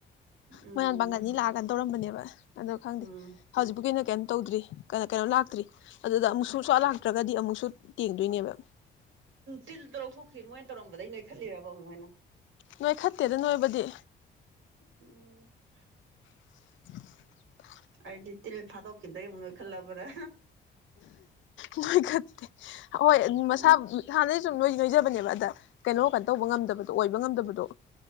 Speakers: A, on the right (about 80°); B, on the left (about 70°).
A: ꯎꯝ
B: ꯃꯣꯏꯌꯥꯝ ꯄꯥꯡꯒꯜꯅꯤ ꯂꯥꯛꯑꯒꯅ ꯇꯧꯔꯝꯕꯅꯦꯕ ꯑꯗꯣ ꯈꯪꯗꯦ
A: ꯎꯝ
B: ꯍꯧꯖꯤꯛꯄꯨ ꯀꯩꯅꯣ ꯀꯩꯅ ꯇꯧꯗ꯭ꯔꯤ ꯀ ꯀꯩꯅꯣ ꯂꯥꯛꯇ꯭ꯔꯤ ꯑꯗꯨꯗ ꯑꯃꯨꯛ ꯁꯁꯋꯥ ꯂꯥꯛꯇ꯭ꯔꯒꯗꯤ ꯑꯃꯨꯛꯁꯨ ꯇꯦꯡꯗꯣꯏꯅꯦꯕ
A: ꯇꯤꯜ ꯂꯧꯊꯣꯛꯈꯤ ꯃꯣꯏꯅ ꯇꯧꯔ ꯗꯩ ꯅꯣꯏꯈꯠꯂꯤꯔꯕ ꯑꯃꯨꯛ ꯍꯦꯟꯅ
B: ꯅꯣꯏ ꯈꯠꯇꯦꯗ ꯅꯣꯏꯕꯨꯗꯤ
A: ꯑꯣ
B: <unintelligible>
A: ꯑꯩꯗꯤ ꯇꯤꯜ ꯊꯥꯗꯣꯛꯈꯤꯕꯗꯩ ꯑꯃꯨꯛ ꯈꯜꯂ ꯄꯨꯔ
B: ꯅꯣꯏ ꯈꯔꯇ ꯍꯣꯏ ꯃꯁꯥ
A: ꯎꯝ
B: ꯍꯥꯟꯅꯩ ꯁꯨꯝ ꯅꯣꯏ ꯅꯣꯏꯖꯕꯅꯦꯕ ꯑꯗ ꯀꯩꯅꯣ ꯇꯧꯕ ꯉꯝꯗꯕꯗꯣ ꯑꯣꯏꯕ ꯉꯝꯗꯕꯗꯣ